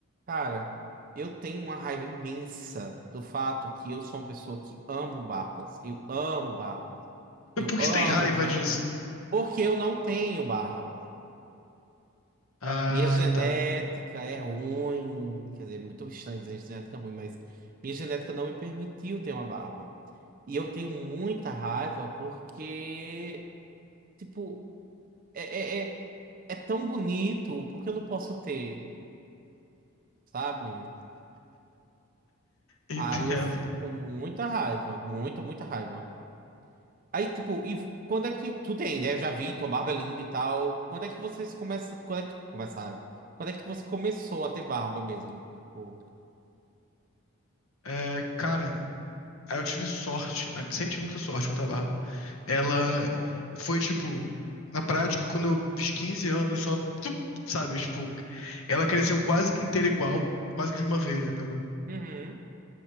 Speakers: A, on the right; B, on the left.
A: Cara, eu tenho uma raiva imensa do fato que eu sou uma pessoa que amo barbas. Eu amo barbas. Eu
B: Por que
A: amo
B: você tem raiva
A: ver.
B: disso?
A: Porque eu não tenho barba.
B: Ah,
A: Minha genética
B: tá.
A: é ruim. Quer dizer, muito estranho dizer genética é ruim, mas minha genética não me permitiu ter uma barba. E eu tenho muita raiva porque, tipo, é, é, é, é tão bonito, porque eu não posso ter, sabe?
B: Entendo.
A: Aí eu fico com muita raiva, muita, muita raiva. Aí, tipo, e v- quando é que tu tem, né? Eu já vi, tua barba é linda e tal. Quando é que vocês começam, quando é que começaram? Quando é que você começou a ter barba mesmo? Tipo,
B: É, cara, aí eu tive sorte. ah, Sempre tive muita sorte com a barba. Ela
A: ah, que bom.
B: foi, tipo, na prática, quando eu fiz 15 anos, só, tup, sabe, tipo, ela cresceu quase que inteira igual, quase que de uma vez, entendeu?
A: Uhum.